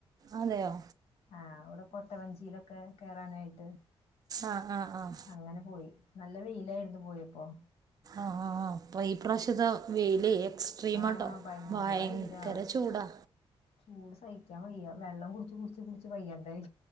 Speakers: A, on the right (about 40°); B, on the left (about 85°).
A: അതെയോ
B: ആഹ് ഇവിടെ കൊട്ടവഞ്ചിയിലൊക്കെ കേയറാനായിട്ട്.
A: ആഹ് ആഹ് ആഹ്
B: അങ്ങനെ പോയി നല്ല വെയിലായിരുന്നു പോയിപ്പോ
A: ആഹ ആഹ പോയി ഇപ്രാവശ്യത വെയിൽ എക്സ്ട്രീംട്ടോ
B: ആഹ്
A: ഭയങ്കര
B: വെയിലാ
A: ചൂടാ
B: ചൂട് സഹിക്കാൻ വയ്യ വെള്ളം കുടിച്ച് കുടിച്ച് കുടിച്ച് വയ്യണ്ടായി